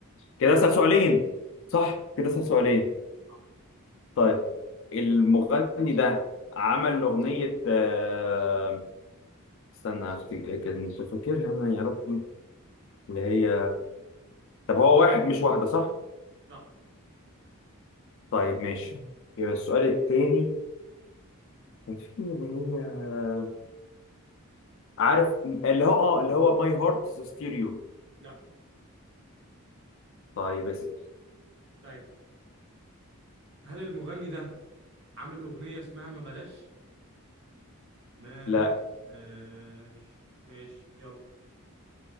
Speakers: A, on the left (about 55°); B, on the right (about 55°).
A: كده اسال سؤالين صح
B: صح
A: كده اسال سؤالين
B: صح
A: طيب المغني ده عمل اغنيه آه، استنى أفتكر- كنت فاكرها انا يا ربي اللي هي طب هو واحد مش واحده صح
B: صح
A: طيب ماشي السؤال التاني كان في اللي هي آه، عارف اللي هو اه اللي هو ماي هارت ستيريو
B: لا
A: طيب اسال
B: طيب هل المغني ده عامل اغنيه اسمها ما بلاش ما
A: لا
B: بلاش ماشي يلا